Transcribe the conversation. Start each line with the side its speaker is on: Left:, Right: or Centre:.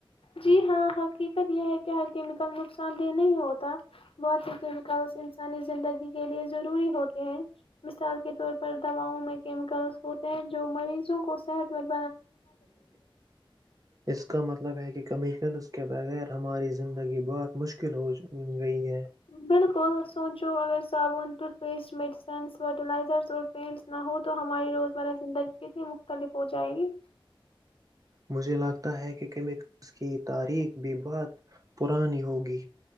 Left: جی ہاں حقیقت یہ ہے کہ ہر کیمیکل نقصان دہ نہیں ہوتا بہت سے کیمیکلس انسانی زندگی کے لیے ضروری ہوتے ہیں مثال کے طور پر دواؤ میں کیمیکلس ہوتے ہیں جو مریضوں کو صحت م
Right: اس کا مطلب ہے کہ کمی کر اس کے بغیر ہماری زندگی یہ بہات مشکل ہو گئی ہے
Left: بالکل سوچو اگر صابون ٹتھ پیسٹ میڈیسن فرلائزر اور پینس نہ ہو تو ہماری روزمرہ زندگی کتنی مختلف ہو جائے گی
Right: مجھے لگتا ہے کہ کیمس کی تاریخ بھی بہت پرانی ہوگی